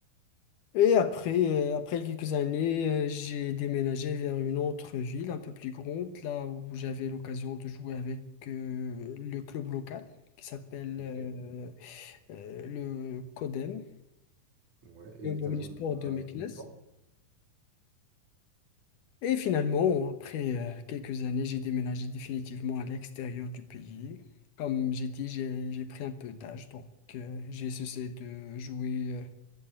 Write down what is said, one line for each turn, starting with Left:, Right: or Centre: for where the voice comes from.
Left: Et après, euh, après quelques années, euh, j'ai déménagé vers une autre ville un peu plus grande, là où j'avais l'occasion de jouer avec euh, le club local qui s'appelle
Right: Ok.
Left: euh, euh, le CODEM,
Right: Ouais. Et
Left: le Omnisport
Right: t'as joué
Left: de
Right: à
Left: Meknès.
Right: combien de temps?
Left: Et finalement, après euh, quelques années, j'ai déménagé définitivement à l'extérieur du pays. Comme j'ai dit, j'ai, j'ai pris un peu d'âge, donc euh, j'ai cessé de jouer euh,